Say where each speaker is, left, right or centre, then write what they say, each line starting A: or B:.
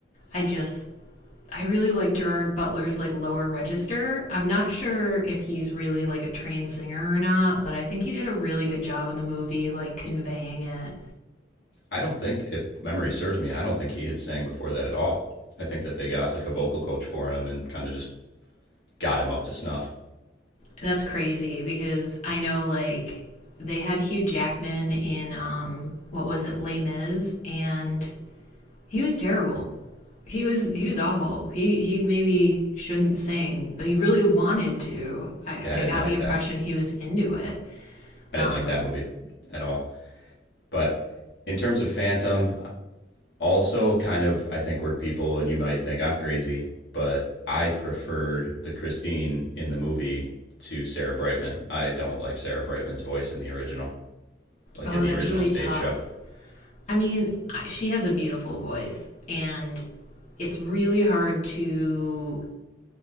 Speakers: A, on the left (about 40°); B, on the left (about 65°).
A: I just I really like Gerard Butler's like lower register. I'm not sure if he's really like a trained singer or not, but I think he did a really good job in the movie like conveying it.
B: I don't think if memory serves me, I don't think he had sang before that at all. I think that they got like a vocal coach for him and kind of just got him up to snuff.
A: That's crazy because I know like they had Hugh Jackman in um what was it, Les Mis, and he was terrible. He was he was awful. He he maybe shouldn't sing, but he really wanted to. I
B: Yeah, I didn't
A: I got
B: like
A: the impression
B: that.
A: he was into it.
B: I
A: Um
B: didn't like that movie at all. But in terms of Phantom, also kind of I think we're people and you might think I'm crazy, but I preferred the Christine in the movie to Sarah Brightman. I don't like Sarah Brightman's voice in the original, like
A: oh,
B: in the
A: that's
B: original
A: really
B: stage
A: tough
B: show.
A: I mean, she has a beautiful voice, and it's really hard to.